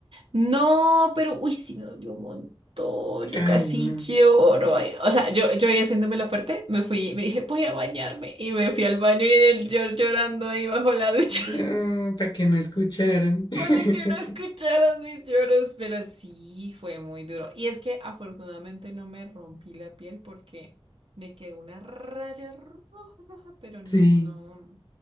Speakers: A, on the right (about 70°); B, on the left (about 50°).
A: No, pero, uy, sí me dolió un montón. Yo
B: Ay,
A: casi
B: no.
A: lloro. Ay, O sea, yo, yo ahí haciéndome la fuerte, me fui, me dije, voy a bañarme. Y me fui al baño y en el llor llorando ahí bajo la ducha.
B: <laughs> para que no escucharan.
A: <laughs>
B: <laughs>
A: Para que no escucharas mis lloros, pero sí fue muy duro. Y es que afortunadamente no me rompí la piel porque me quedó una raya roja, roja, pero no,
B: Sí.
A: no.